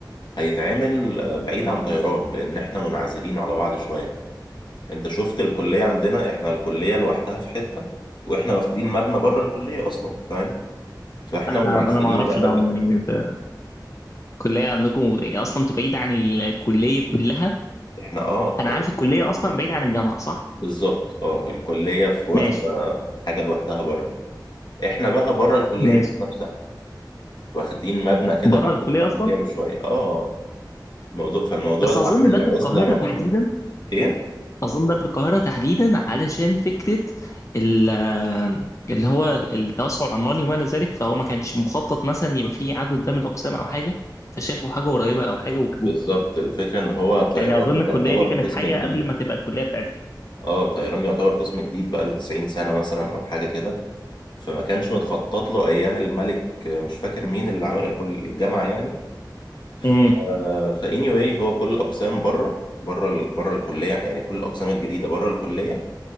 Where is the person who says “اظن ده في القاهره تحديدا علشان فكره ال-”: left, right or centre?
Left